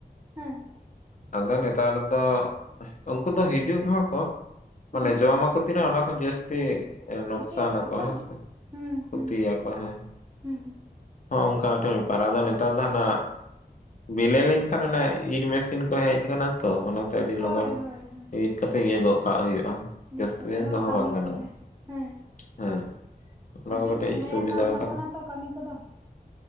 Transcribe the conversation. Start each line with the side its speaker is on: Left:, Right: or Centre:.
Right: ᱦᱮᱸ ᱾
Left: ᱟᱫᱚ ᱱᱮᱛᱟᱨ ᱫᱚ ᱩᱱᱠᱩ ᱫᱚ ᱦᱤᱡᱩᱜ ᱨᱮᱦᱚᱸ ᱠᱚ
Right: ᱦᱩᱸ
Left: ᱢᱟᱱᱮ ᱡᱚᱢ ᱟᱠᱚ ᱛᱤᱱᱟᱹᱜ ᱚᱱᱟ ᱠᱷᱚᱱ ᱡᱟᱥ ᱛᱤ
Right: ᱠᱷᱤᱛᱤᱭᱟᱠᱚ
Left: ᱱᱚᱠᱥᱟᱱ ᱟᱠᱚ
Right: ᱛᱚ
Left: ᱦᱮᱸᱥᱮ
Right: ᱦᱩᱸ
Left: ᱠᱷᱩᱛᱤ
Right: ᱦᱩᱸ
Left: ᱟᱠᱚ, ᱦᱮᱸ
Right: ᱦᱩᱸ
Left: ᱾ ᱦᱚᱸᱜᱚ ᱚᱱᱠᱟ ᱢᱤᱫᱴᱟᱝ ᱵᱮᱯᱟᱨ ᱾ ᱟᱫᱚ ᱱᱮᱛᱟᱨ ᱫᱚ ᱦᱟᱱᱟ ᱵᱤᱞᱮ ᱞᱮᱱᱠᱷᱟᱱ ᱚᱱᱟ ᱤᱨ ᱢᱮᱥ ᱤᱱ ᱠᱚ ᱦᱮᱡ ᱟᱠᱟᱱᱟ ᱛᱚ ᱚᱱᱟ ᱛᱮ ᱟᱹᱰᱤ
Right: ᱦᱳᱭ
Left: ᱞᱚᱜᱚᱱ
Right: ᱦᱳᱭ ᱦᱳᱭ
Left: ᱤᱨ ᱠᱟᱛᱮ ᱤᱭᱟᱹ ᱜᱚᱫ ᱠᱟᱜ ᱦᱩᱭᱩᱜᱼᱟ ᱾
Right: ᱱᱤᱛᱚᱜ
Left: ᱡᱟᱹᱥᱛᱤ ᱫᱤᱱ
Right: ᱫᱚ
Left: ᱫᱚᱦᱚ
Right: ᱠᱟᱹᱢᱤ
Left: ᱵᱟᱝ ᱜᱟᱱᱚᱜ-ᱟ,
Right: ᱠᱚᱨᱮ ᱦᱮᱸ
Left: ᱦᱮᱸ ᱾ ᱚᱱᱟ
Right: ᱟᱹᱰᱤ
Left: ᱠᱚ ᱠᱟᱹᱴᱤᱡ
Right: ᱥᱚᱞᱦᱮ
Left: ᱥᱩᱵᱤᱫᱟ
Right: ᱟᱠᱟᱱ ᱛᱟᱵᱚᱱᱟ
Left: ᱟᱠᱟᱱᱟ ᱾
Right: ᱛᱚ ᱠᱟᱹᱢᱤ ᱠᱚᱫᱚ